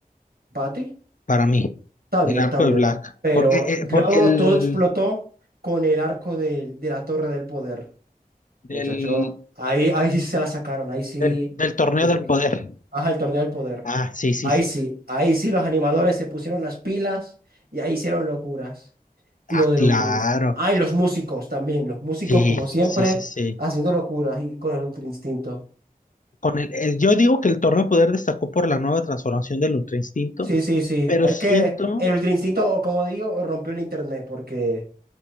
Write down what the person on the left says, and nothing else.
Para mí,
el
arco
de Black.
Porque, eh,
porque el
del,
del, del torneo
del poder.
Ah, sí, sí,
sí.
Ah,
claro.
Sí,
sí, sí, sí.
Con el, el- yo digo que el Torneo de Poder destacó por la nueva transformación del Ultra Instinto,
pero
siento,